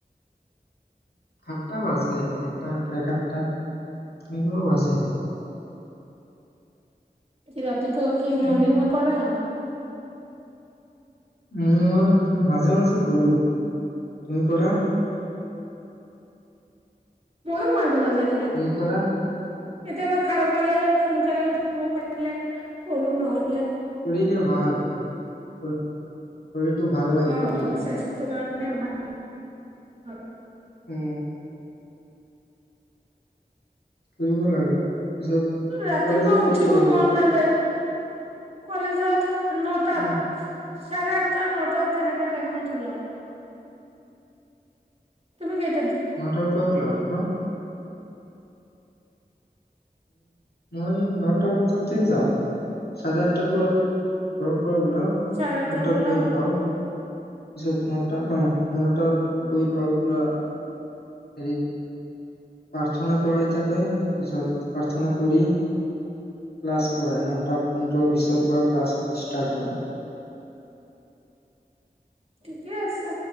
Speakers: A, on the left; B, on the right.
A: সাতটা বাজে। সাতটা চাৰে সাত টা। এনেকুৱা বাজে।
B: অহ'। <unintelligible> তে পুৱা কি
A: উম,
B: মৰ্ণিং ৱাক কৰা?
A: মই মাজে মাজে কৰো। তুমি কৰা?
B: ময়ো মাজ মাজে কৰো।
A: তুমি কৰা
B: কেতিয়াবা সাৰ পালে, সোনকালে উঠিব পাৰিলে, কৰো নহ
A: শৰিলে ভাল হয়। শৰীৰটো ভাল লাগে
B: হয়
A: কৰিলে।
B: স্বাস্থ্যৰ কাৰণে ভাল। হয়।
A: উম। ফুৰিব লাগে পিছত
B: ৰাতিপুৱা
A: কলেজত
B: উঠিব
A: কেইটা বজাত
B: মন
A: যোৱা?
B: নাযায় কলেজত। নটাত।
A: উম,
B: চাৰে আঠটা নটাত তেনেকা টাইমত ওলাও। তুমি কেই।
A: নটাৰ পৰা ক্লাছ ন? মই নটা বজাতে যাওঁ চাৰে আঠটাৰ পৰা। ওলাও
B: চাৰে আঠটাত
A: নটাত
B: ওলাও
A: গৈ পাও। পিছত নটা অঁহ নটাত গৈ পাওঁ পুৰা হেৰি। প্ৰাৰ্থনা কৰাই থাকে পিছত প্ৰাৰ্থনা কৰি ক্লাছ কৰাই নটাত। পন্ধৰো বিচৰ পিছৰ পৰা ক্লাছ। ষ্টাৰ্ট হয়।
B: ঠিকে আছে।